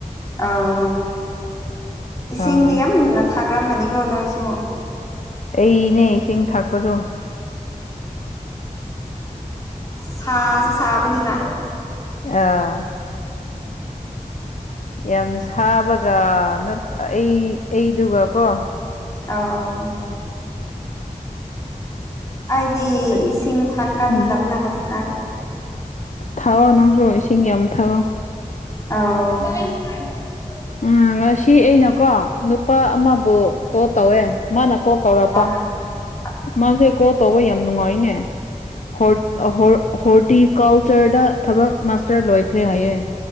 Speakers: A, on the left; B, on the left.
A: ꯑꯣ ꯏꯁꯤꯡ
B: ꯑꯥ
A: ꯅꯥ ꯀ꯭ꯔꯝꯃꯅꯤ ꯀꯣꯅꯣꯏꯁꯨ
B: ꯑꯩꯅꯦ ꯏꯁꯤꯡ ꯊꯥꯛꯄꯁꯨ
A: ꯁꯥꯁꯨ ꯁꯥꯕꯅꯤꯅ
B: ꯑꯥ ꯌꯥꯝ ꯁꯥꯕꯒ ꯑꯩ ꯑꯩꯗꯨꯒ ꯀꯣ
A: ꯑꯥꯎ ꯑꯩꯗꯤ
B: ꯀꯔꯤ
A: ꯏꯁꯤꯡ ꯊꯥꯛꯀꯟꯗꯕꯅ
B: ꯎꯝ
A: ꯍꯧꯖꯤꯛꯀꯥꯟ
B: ꯊꯥꯛꯑꯣ ꯅꯪꯁꯨ ꯏꯁꯤꯡ ꯌꯥꯝ ꯊꯥꯛꯑꯣ
A: ꯑ
B: ꯎ ꯉꯁꯤ ꯑꯩꯅꯀꯣ ꯅꯨꯄꯥ ꯑꯃꯕꯨ ꯀꯣꯜ ꯇꯧꯋꯦ ꯃꯥꯅ ꯀꯣꯜ ꯇꯧꯔꯛꯄ
A: <unintelligible>
B: ꯃꯥꯁꯦ ꯀꯣ ꯇꯧꯕ ꯌꯥꯝ ꯅꯨꯡꯉꯥꯏꯅꯦ ꯍ ꯍꯣꯔꯇꯤ ꯀꯜꯆꯔꯗ ꯊꯕꯛ ꯃꯥꯁꯇꯔ ꯂꯣꯏꯈ꯭ꯔꯦ ꯍꯥꯏꯌꯦꯦ